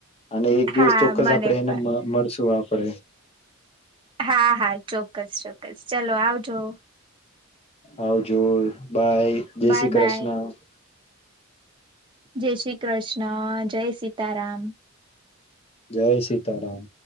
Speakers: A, on the left (about 30°); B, on the right (about 25°).
A: અને એક દિવસ
B: હા
A: ચોક્કસ
B: મને
A: આપણે એને
B: પણ
A: મ મળશું આપડે.
B: હા હા ચોક્કસ ચોક્કસ ચલો આવજો.
A: આવજો. બાય જય
B: બાય
A: શ્રી કૃષ્ણ.
B: બાય
A: <inaudible>
B: જય શ્રી કૃષ્ણ જય સીતારામ
A: જય સીતારામ